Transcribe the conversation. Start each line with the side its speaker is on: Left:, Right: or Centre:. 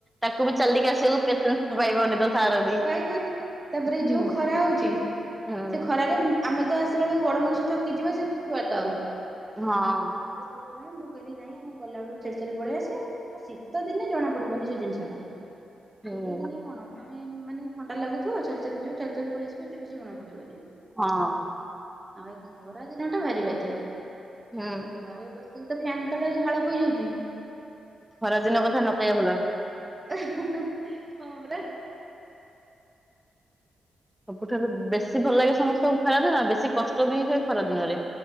Centre: ତାକୁ ବି ଚାଲିକି ଆସିବାକୁ ପେସେନ୍ସ ପାଇବନି ତ ତାର ବି।
Right: ପାଇବନି ତାପରେ
Centre: ହୁଁ
Right: ଯୋଉ ଖରା ହଉଛି
Centre: ହୁଁ
Right: ସେ ଖରାରେ ଆମେ ତ ଆସିଲା ବେଳକୁ ବଡ ମଣିଷ ଥକି ଯିବା ସେ ଛୁଆ ତ ଆହୁରି।
Centre: ହଁ।
Right: ତ ସେଥିପାଇଁ ମୁଁ କହିଲି ନାଇଁ ଆମ ଗଲାବେଳକୁ <unintelligible> ପଳେଇଆସିବା ଆ ଶୀତ ଦିନେ ଜଣା ପଡିବନି ସେ ଜିନିଷ।
Centre: ହୁଁ
Right: ଶୀତ ଦିନେ କଣ? ତମେ ମାନେ ଥଣ୍ଡା ଲାଗୁଥିବ ଚାଲି ଚାଲି ଯିବା ଚାଲି ଚାଲି ପଳେଇ ଆସିବା ଏତେ କିଛି ଜଣା ପଡିବନି।
Centre: ହଁ।
Right: ଆଉ ଏ ଖରା ଦିନ ଟା ଭାରି ବାଧିବ
Centre: ହୁଁ
Right: ଏ ଘରେ ବସ ତ ଫ୍ୟାନ୍ ତଳେ ଝାଳ ବହିଯାଉଛି।
Centre: ଖରାଦିନ କଥା ନ କହିଆ ଭଲ।
Right: ହଁ ପରା।
Centre: ସବୁଠାରୁ ବେଶୀ ଭଲ ଲାଗେ ସମସ୍ତଙ୍କୁ ଖରାଦିନରେ ବେଶୀ କଷ୍ଟ ବି ହୁଏ ଖରାଦିନରେ।